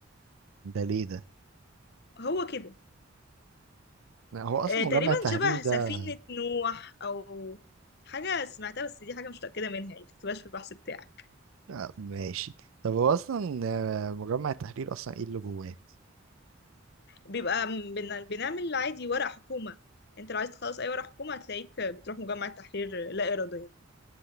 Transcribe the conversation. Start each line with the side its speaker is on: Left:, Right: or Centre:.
Right: ده ليه ده؟
Left: هو كده
Right: هو اصلا
Left: آه،
Right: مجمع
Left: تقريبا
Right: التحرير
Left: شبه
Right: ده
Left: سفينة نوح أو حاجة سمعتها بس دي حاجة مش متأكدة منها يعني متكتبهاش في البحث بتاعك
Right: آه، ماشي طب هو اصلا آه، مجمع التحرير اصلا ايه اللي جواه
Left: بيبقى م- بن- بنعمل عادي ورق حكومة انت لو عايز تخلص أي ورق حكومة هتلاقيك بتروح مجمع التحرير لا إراديا